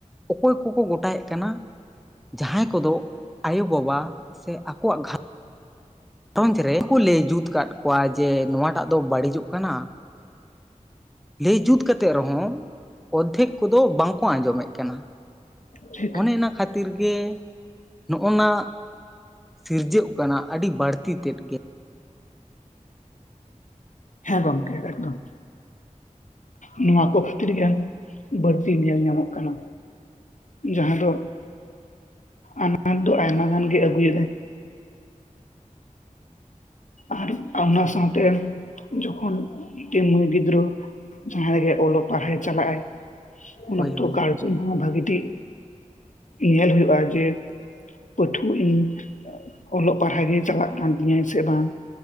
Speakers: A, in the centre; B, on the left (about 70°).
A: ᱚᱠᱚᱭ ᱠᱚᱠᱚ ᱜᱳᱴᱟᱭᱮᱫ ᱠᱟᱱᱟ ᱡᱟᱦᱟᱸᱭ ᱠᱚᱫᱚ ᱟᱭᱳ ᱵᱟᱵᱟ ᱥᱮ ᱟᱠᱚᱣᱟᱜ ᱜᱷᱟᱨᱚᱸᱡᱽ ᱜᱷᱟᱨᱚᱸᱡᱽ ᱨᱮ ᱵᱟᱠᱚ ᱞᱟᱹᱭ ᱡᱩᱛ ᱠᱟᱫ ᱠᱚᱣᱟ ᱡᱮ ᱱᱚᱣᱟᱴᱟᱜ ᱫᱚ ᱵᱟᱹᱲᱤᱡᱚᱜ ᱠᱟᱱᱟ᱾ ᱞᱟᱹᱭ ᱡᱩᱛ ᱠᱟᱛᱮᱫ ᱨᱮᱦᱚ ᱚᱨᱫᱷᱮᱠ ᱠᱚᱫᱚ ᱵᱟᱝᱠᱚ ᱟᱸᱡᱚᱢᱮᱫ ᱠᱟᱱᱟ᱾
B: ᱴᱷᱤᱠ
A: ᱚᱱᱮ ᱚᱱᱟ ᱠᱷᱟᱹᱛᱤᱨ ᱜᱮ ᱱᱚᱜᱽᱚᱱᱟ ᱥᱤᱨᱡᱟᱹᱜ ᱠᱟᱱᱟ ᱟᱹᱰᱤ ᱵᱟᱹᱲᱛᱤ ᱛᱮᱫ ᱜᱮ᱾
B: ᱦᱮᱸ ᱜᱚᱢᱠᱮ ᱮᱠᱫᱚᱢ᱾ ᱱᱚᱣᱟ ᱠᱚ ᱠᱷᱟᱹᱛᱤᱨ ᱜᱮ ᱵᱟᱹᱲᱛᱤ ᱧᱮᱞ ᱧᱟᱢᱚᱜ ᱠᱟᱱᱟ᱾ ᱡᱟᱦᱟᱸ ᱫᱚ ᱟᱱᱟᱴ ᱫᱚ ᱟᱭᱢᱟ ᱜᱟᱱ ᱜᱮ ᱟᱹᱜᱩᱭ ᱮᱫᱟᱭ ᱟᱨ ᱚᱱᱟ ᱥᱟᱶᱛᱮ ᱡᱚᱠᱷᱚᱱ ᱢᱤᱫᱴᱤᱱ ᱢᱟᱹᱭ ᱜᱤᱫᱽᱨᱟᱹ ᱡᱟᱦᱟᱸᱭ ᱜᱮ ᱚᱞ ᱯᱟᱲᱦᱟᱜ ᱪᱟᱞᱟᱜ ᱟᱭ ᱩᱱ
A: ᱦᱳᱭ
B: ᱚᱠᱛᱚ
A: ᱦᱳᱭ
B: ᱜᱟᱨᱡᱮᱱ ᱦᱚᱸ ᱵᱷᱟᱹᱜᱤ ᱴᱷᱤᱠ ᱧᱮᱞ ᱦᱩᱭᱩᱜᱼᱟ ᱡᱮ ᱯᱟᱹᱴᱷᱩᱣᱟᱹ ᱤᱧ, ᱚᱞᱚᱜ ᱯᱟᱲᱦᱟᱜ ᱜᱮ ᱪᱟᱞᱟᱜ ᱠᱟᱱ ᱛᱤᱧᱟ ᱥᱮ ᱵᱟᱝ